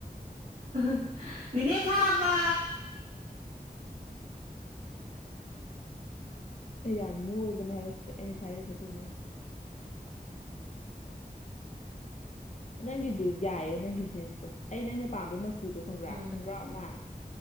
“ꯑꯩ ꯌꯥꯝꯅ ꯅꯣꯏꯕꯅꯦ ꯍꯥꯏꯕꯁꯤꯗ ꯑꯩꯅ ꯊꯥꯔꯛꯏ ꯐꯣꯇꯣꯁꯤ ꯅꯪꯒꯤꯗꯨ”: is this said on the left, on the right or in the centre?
Left